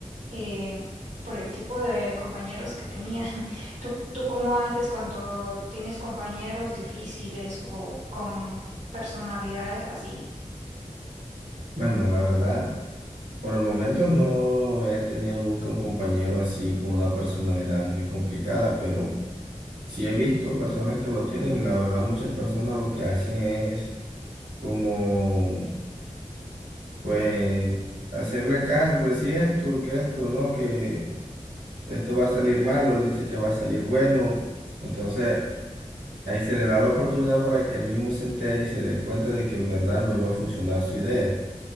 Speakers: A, on the right (about 65°); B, on the right (about 85°).
A: eh, por el tipo de compañeros que tenía. <laughs> ¿Tú, tú cómo haces cuando tienes compañeros difíciles o con personalidades así?
B: Bueno, la verdad, por el momento no he tenido nunca un compañero así con una personalidad muy complicada, pero sí he visto personas que lo tienen y la verdad muchas personas lo que hacen es como, pues, hacerle caso, por decir esto, que esto, no, que esto va a salir malo, él dice que va a salir bueno. Entonces, ahí se le da la oportunidad para que él mismo se entere y se dé cuenta de que en verdad no iba a funcionar su idea.